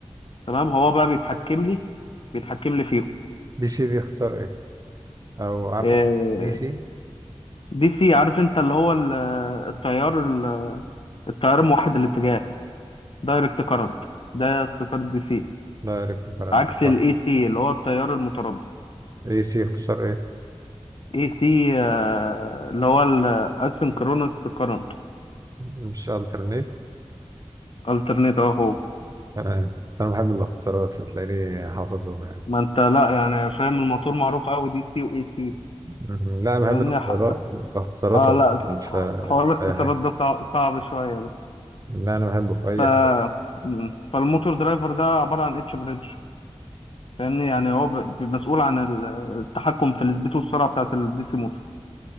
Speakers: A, on the left; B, on the right.
A: تمام هو بقى بيتحكم لي بيتحكم لي فيهم
B: دي سي دي اختصار ايه او عفوا
A: آه،
B: دي سي
A: دي سي عارف انت اللي هو ال- التيار ال- التيار موحد الاتجاه دايركت كارنت ده اختصار الدي سي
B: دايركت كرنت
A: عكس الاي
B: صح
A: سي اللي هو التيار المتردد
B: اي سي اختصار ايه
A: اي سي آه، اللي هو الاسynchronous current
B: مش الترنيت
A: alternate اهو
B: تمام بس انا بحب الاختصارات هتلاقيني حافظ لهم يعني
A: ما انت لا يعني فاهم الموتور معروف قوي دي سي واي سي
B: مهم. لا انا
A: لان
B: بحب الاختصارات
A: حس...
B: الاختصارات
A: اه
B: عموما
A: لا
B: في
A: حوار الاختصارات
B: اي حاجه
A: ده صعب, صعب شويه بس
B: لا انا بحبه في اي
A: ف
B: حاجه
A: مم. فالموتور درايفر ده عباره عن اتش بريدج لان يعني هو ب- ب- مسؤول عن ال- التحكم في السبيد والسرعه بتاعه الدي سي موتور